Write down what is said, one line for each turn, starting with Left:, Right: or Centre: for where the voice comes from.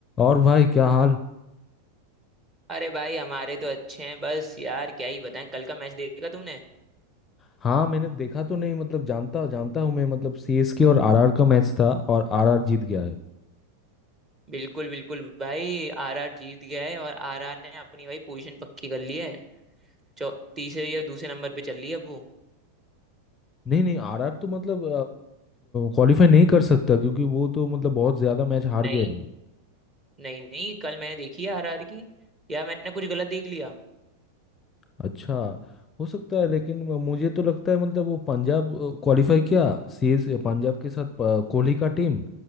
Left: और भाई क्या हाल
Right: अरे भाई हमारे तो अच्छे हैं बस यार क्या ही बताएं कल का मैच देखा तुमने
Left: हाँ मैंने देखा तो नहीं मतलब जानता जानता हूँ मैं मतलब सीएसके और आरआर का मैच था और आरआर जीत गया है
Right: बिल्कुल बिल्कुल भाई आरआर जीत गया है और आरआर ने अपनी भाई पोजीशन पक्की कर ली है चौ तीसरे या दूसरे नंबर पे चल रही है अब वो
Left: नहीं नहीं आरआर तो मतलब क्वालिफाई नहीं कर सकता क्योंकि वो तो मतलब बहुत ज्यादा मैच हार
Right: नहीं
Left: गए
Right: नहीं नहीं कल मैंने देखी है आरआर की यार मैंने कुछ गलत देख लिया
Left: अच्छा हो सकता है लेकिन म- मुझे तो लगता है मतलब वो पंजाब क्वालिफाई किया सीएस पंजाब के साथ प- कोहली का टीम